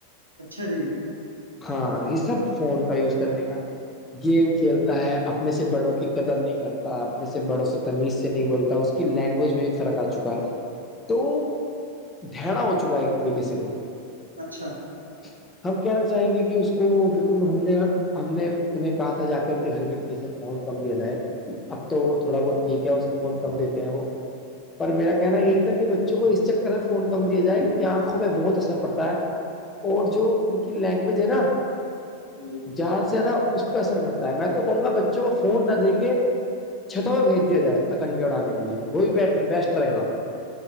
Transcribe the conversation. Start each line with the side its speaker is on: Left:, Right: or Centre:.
Right: اچھا جی
Left: ہاں یہ سب فون کا یوز کرنے کا گیم کھیلتا ہے اپنے سے بڑوں کی قدر نہیں کرتا اپنے سے بڑوں سے تمیز سے نہیں بولتا اس کو لینگویج میں بھی فرق آ چکا ہے تو ڈھیڑا ہو چکا ہے ایک طریقے سے وہ
Right: اچھا
Left: <inaudible> ہم کہنا چاہیں گے کہ اس کو بالکل ہم نے ہم نے انہیں کہا تھا جا کے ان کے گھر میں کی صرف فون کم دیا جائے اب تو تھوڑا بہت ٹھیک ہے اسے فون کم دیتے ہیں وہ پر میرا کہنا یہی تھا کہ بچوں کو اس چ کریں کم دیا جائے کیونکہ آنکھوں پہ بہت اثر پڑتا ہے اور جو ان کی لینگویج ہے نا
Right: جی
Left: زیادہ سے زیادہ اس پہ اثر پڑتا ہے میں تو کہوں گا بچوں کو فون نہ دے کے چھتوں پہ بھیج دیا جائے پتنگ اڑانے کے لیے وہی بیٹر بیسٹ رہے گا